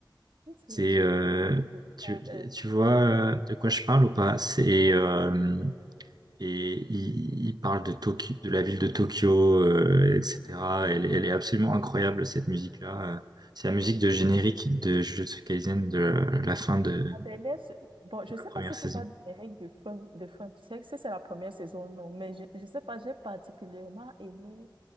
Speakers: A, on the right; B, on the right.
A: je
B: C'est, euh,
A: sais pas si tu
B: tu,
A: parles, euh,
B: tu vois
A: et-
B: euh, de quoi je parle ou pas? C'est, euh, et il, il parle de Tokyo, de la ville de Tokyo, euh, etc. Elle, elle est absolument incroyable, cette musique-là. Euh, C'est la musique de générique de Jujutsu Kaisen de la fin de, de
A: et la dernière, c'est- bon, je sais
B: la première
A: pas si
B: saison.
A: tu parles des règles du funk, de funk, je sais que c'est la première saison, non, mais je, je sais pas, j'ai particulièrement aimé